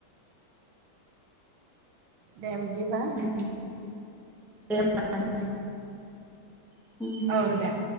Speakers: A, on the right; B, in the centre.
A: दे बिदिबा
B: दे होमबा
A: उ
B: उ
A: औ दे।